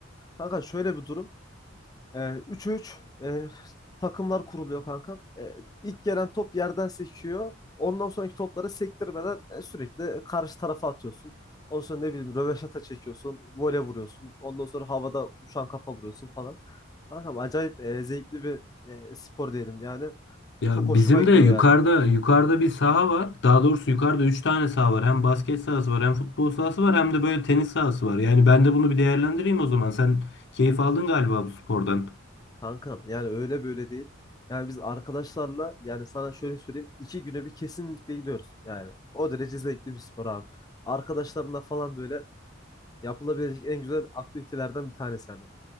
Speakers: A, on the left (about 20°); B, on the left (about 60°).
A: Kanka şöyle bir durum. Ee, 3-3 e, takımlar kuruluyor kanka. Ee, ilk gelen top yerden seçiyor. Ondan sonraki topları sektirmeden e, sürekli karşı tarafa atıyorsun. Ondan sonra ne bileyim röveşata çekiyorsun, vole vuruyorsun. Ondan sonra havada uçan kafa vuruyorsun falan. Kankam acayip e, zevkli bir e, spor diyelim yani.
B: Ya
A: Çok hoşuma
B: bizim
A: gidiyor
B: de yukarıda
A: yani.
B: yukarıda bir saha var. Daha doğrusu yukarıda 3 tane saha var. Hem basket sahası var, hem futbol sahası var, hem de böyle tenis sahası var. Yani ben de bunu bir değerlendireyim o zaman. Sen keyif aldın galiba bu spordan.
A: Kankam yani öyle böyle değil. Yani biz arkadaşlarla yani sana şöyle söyleyeyim iki güne bir kesinlikle gidiyoruz. Yani o derece zevkli bir spor abi. Arkadaşlarınla falan böyle yapılabilecek en güzel aktivitelerden bir tanesi hani.